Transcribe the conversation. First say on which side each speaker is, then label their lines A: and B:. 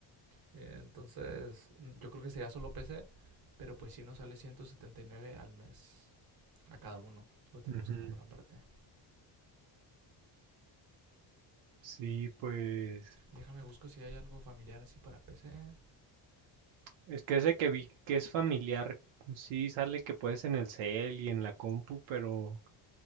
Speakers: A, on the right; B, on the right.
A: Eh, Entonces, yo creo que sería solo PC. Pero pues sí nos sale 179 al mes. A cada uno. Lo tenemos
B: Ujú.
A: que comprar aparte.
B: Sí, pues
A: Déjame busco si hay algo familiar así para PC.
B: es que ese que vi que es familiar, sí sale que puedes en el cel y en la compu, pero